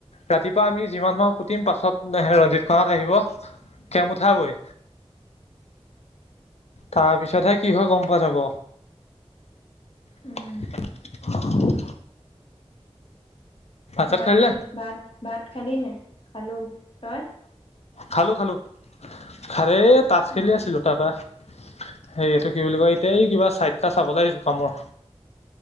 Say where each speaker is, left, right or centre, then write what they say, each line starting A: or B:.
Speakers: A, on the left (about 75°); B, on the left (about 55°).
A: ৰাতিপুৱা আমি যিমান মানহ পুতিম, পাছত ৰঞ্জিত খত আহিব কেম উঠাবৈ।
B: <inaudible>
A: তাৰপিছতহে কি হৈ গম পোৱা যাব। <unintelligible>
B: উম।
A: চাত
B: ভাত
A: খালি
B: খাই
A: নে
B: ভাত-ভাত খালি নে নাই? খালো। তই?
A: খালো খালো হাৰে তাছ খেলি
B: অ',
A: আছিলো তাৰপা সেই এইটো কি বুলি কয় এতিয়া এই কিবা চাইটা চাবলে আহিছো কামৰ।